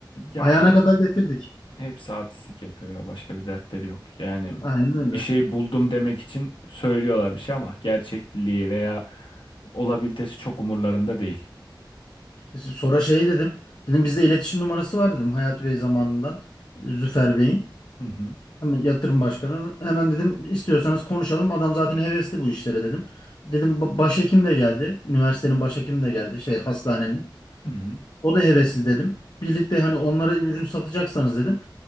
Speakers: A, on the left; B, on the left.
A: Ya
B: Ayağına
A: yok
B: kadar getirdik.
A: Hepsi artistik yapıyor ya. Başka bir dertleri yok. Yani
B: Aynen öyle.
A: bir şey buldum demek için söylüyorlar bir şey ama gerçekliği veya olabilitesi çok umurlarında değil.
B: Sonra şey dedim. Dedim bizde iletişim numarası var dedim Hayat Bey zamanından Züfer Bey'in.
A: Hı hı.
B: Hemen yatırım başkanı. Hemen dedim istiyorsanız konuşalım. Adam zaten hevesli bu işlere dedim. Dedim "ba- başhekim de geldi. Üniversitenin başhekimi de geldi. Şey hastanenin.
A: Hı hı.
B: O da hevesli dedim. Birlikte hani onlara ürün satacaksanız dedim.